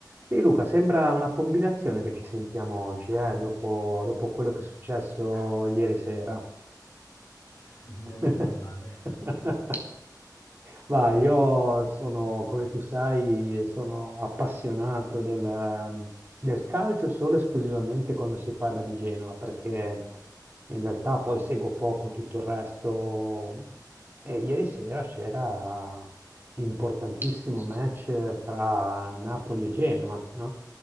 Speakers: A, on the right; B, on the left.
A: Sì, Luca, sembra una combinazione che ci sentiamo oggi, eh, dopo, dopo quello che è successo ieri sera.
B: <laughs> Non
A: <laughs>
B: me ne parlare.
A: Ma io sono, come tu sai, sono appassionato del, ehm, del calcio solo e esclusivamente quando si parla di Genova, perché in realtà poi seguo poco tutto il resto. E ieri sera c'era l'importantissimo match tra Napoli e Genova, no?